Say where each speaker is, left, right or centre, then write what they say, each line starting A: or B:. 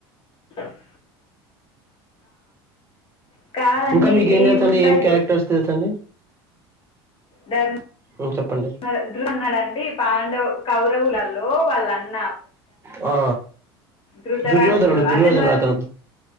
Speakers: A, on the left (about 45°); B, on the right (about 20°).
A: స <inaudible> ఆ కాదండి
B: ఇంకా మీక
A: దీవి
B: ఏం తెలుసండి
A: ఉంటాయి
B: ఏం క్యారెక్టర్స్
A: చూడు
B: తెలుసండి
A: దన్ <unintelligible>
B: ఉమ్ చెప్పండి
A: వాళ్లు ఇద్దరూ ఉన్నారండి పాండవ కౌరవులలో వాళ్ళ అన్న
B: ఆ
A: ధృతరాష్ట్రుడు
B: దుర్యోధనుడు దుర్యోధనుడు
A: అతని వల్ల
B: అతను